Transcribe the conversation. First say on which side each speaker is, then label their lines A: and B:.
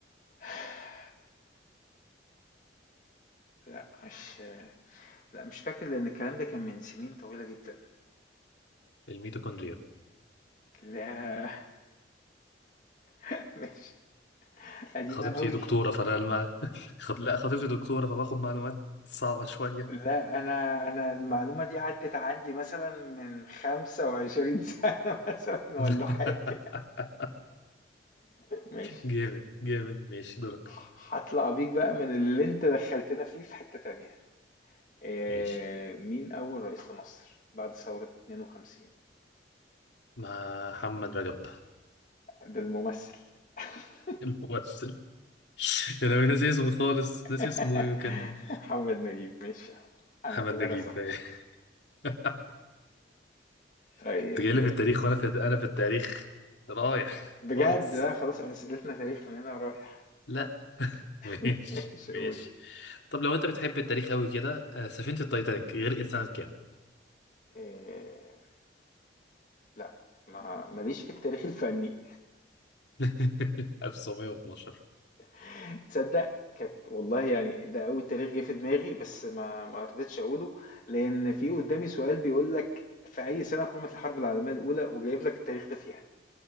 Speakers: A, on the left; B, on the left.
A: <sighs> لأ مش لأ مش فاكر لأن الكلام ده كان من سنين طويلة جدًا
B: الميتوكوندريا
A: لا <laughs> مش قديمة
B: خطيبتي
A: أوي
B: دكتوره فانا لما <laughs> خط... لا خطيبتي دكتوره فباخد معلومات صعبه شويه
A: لأ أنا أنا المعلومة دي عدِّت عندي مثلًا من 25 سنة <laughs> مثلًا
B: <laughs>
A: والّا حاجة ماشي
B: جامد جامد ماشي دورك
A: ه هاطلع بيك بقى من اللي أنت دخّلتنا فيه في حتة تانية آآ
B: ماشي
A: مين أول رئيس لمصر بعد ثورة 52؟
B: محمد رجب
A: ده الممثل <laughs>
B: الممثل <laughs> انا ناسي اسمه خالص ناسي
A: <laughs>
B: اسمه إيه، كان
A: محمد نجيب ماشي يا عم انا
B: محمد
A: اعتبرها
B: نجيب
A: صح
B: <laughs> انت
A: طيب
B: جاي لي في التاريخ وانا في انا في التاريخ رايح
A: بجد
B: خالص
A: لا خلاص اسئلتنا تاريخ من هنا ورايح
B: لا ماشي
A: <laughs> ماشي
B: ماشي
A: اقول
B: طب لو انت بتحب التاريخ قوي كده آه، سفينة التايتانيك غرقت سنة كام
A: إيه... لا ما ماليش في التاريخ الفني
B: <laughs> 1912
A: <laughs> تصدق كانت والله يعني ده اول تاريخ جه في دماغي بس ما ما رضيتش اقوله لان في قدامي سؤال بيقول لك في اي سنه قامت الحرب العالميه الاولى وجايب لك التاريخ ده فيها